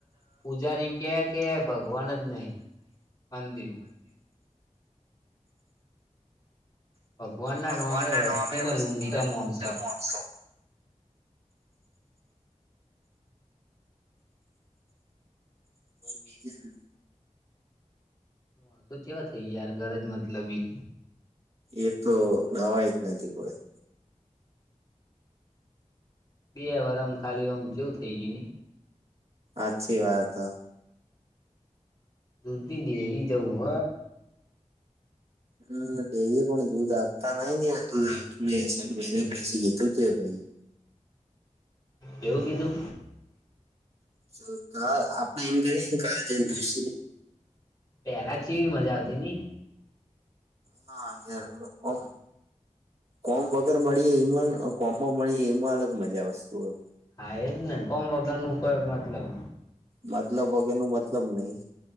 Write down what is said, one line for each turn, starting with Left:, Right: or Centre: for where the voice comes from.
Left: પૂજારીમ કે કે ભગવાન જ નહી મંદિરમાં ભગવાન
Right: ભગવાન
Left: નામે
Right: ના
Left: વસ્તીને
Right: નાોમે
Left: લૂંટા
Right: વસ્તીને લુંડમ
Left: માણસો
Right: છો બીજે ને
Left: માણસો કેવા થઈ યાર ઘરજ મતલબી
Right: એ તો નવાય જ નથી કરી
Left: બે વાર આમ ખાલીમ જેવું થઈ જયે.
Right: અચછી વાત હ
Left: દદી દેરી જાઉ હ.
Right: હમ ડેરી પણ દૂધ આપતા નઈ ને દૂધ આવતું મે સાઠ મહિને પછી ગીતું હતું એ ભાઈ
Left: એવું કીધું.
Right: તો કા આપણે એમ કરી કાળ જેમ પસી.
Left: પેલા જે એવી મજા આવતી ની.
Right: હા અત્યારે ઓમ. કોમ વગર મળીએે એમાં કોમમાં મળીએે એમાં અલગ મજા વસ્તુ હો
Left: હા એજ ને કોમ વગર નું કઈ મતલબ
Right: મતલબ વગર નું મતલબ નહી